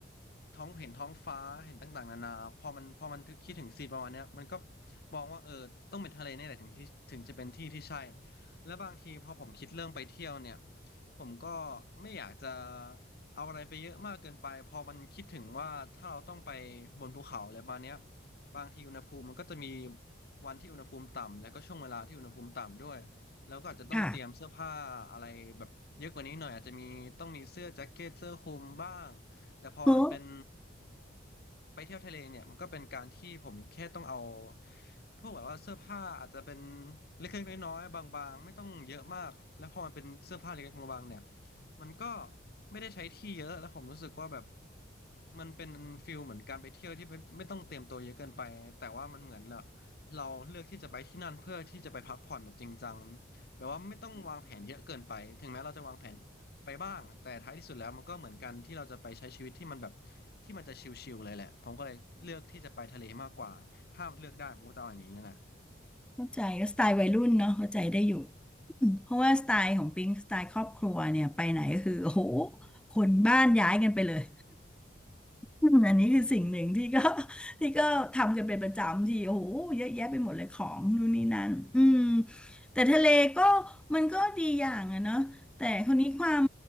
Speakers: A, on the left; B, in the centre.
A: ท้องเห็นท้องฟ้า เห็นต่างๆนานาพอมันพอมันถึงคิดถึงซีนประมาณเนี้ยมันก็มองว่าเออต้องเป็นทะเลนี่แหละถึงที่ถึงจะเป็นที่ที่ใช่แล้วบางทีพอผมคิดเรื่องไปเที่ยวเนี่ยผมก็ไม่อยากจะ เอาอะไรไปเยอะมากเกินไปพอมันคิดถึงว่าถ้าเราต้องไปบนภูเขาอะไรประมาณเนี้ยบางทีอุณหภูมิมันก็จะมีวันที่อุณหภูมิต่ำแล้วก็ช่วงเวลาที่อุณหภูมิต่ำด้วยแล้วก็อาจจะต้องเตรียมเสื้อผ้าอะไรแบบเยอะกว่านี้หน่อยอาจจะมีต้องมีเสื้อแจ็คเก็ตเสื้อคลุมบ้างแต่พอมันเป็น
B: ค่ะโอ้
A: ไปเที่ยวทะเลเนี่ยมันก็เป็นการที่ผมแค่ต้องเอาพวกแบบว่าเสื้อผ้าอาจจะเป็นเล็กๆน้อยๆบางๆไม่ต้องเยอะมากแล้วพอมันเป็นเสื้อผ้าเล็กๆบางๆเนี่ย มันก็ไม่ได้ใช้ที่เยอะแล้วผมรู้สึกว่าแบบมันเป็นฟิลเหมือนการไปเที่ยวที่ไม่ไม่ต้องเตรียมตัวเยอะเกินไปแต่ว่ามันเหมือนเราเราเลือกที่จะไปที่นั่นเพื่อที่จะไปพักผ่อนแบบจริงจังแบบว่าไม่ต้องวางแผนเยอะเกินไปถึงแม้เราจะวางแผนไปบ้างแต่ท้ายที่สุดแล้วมันก็เหมือนกันที่เราจะไปใช้ชีวิตที่มันแบบที่มันจะชิลๆเลยแหละผมก็เลยเลือกที่จะไปทะเลมากกว่าถ้าเลือกได้ผมก็จะเอาอย่างนี้นั่นแหละ
B: เข้าใจก็สไตล์วัยรุ่นเนาะเข้าใจได้อยู่อืมเพราะว่าสไตล์ของปิงสไตล์ครอบครัวเนี่ยไปไหนก็คือโอ้โหคนบ้านย้ายกันไปเลย <laughs> อืมอันนี้คือสิ่งหนึ่งที่ก็ <laughs> ที่ก็ทำกันเป็นประจำที่โอ้โหเยอะแยะไปหมดเลยของนู่นนี่นั่นอืมแต่ทะเลก็มันก็ดีอย่างอะเนาะแต่คนนี้ความ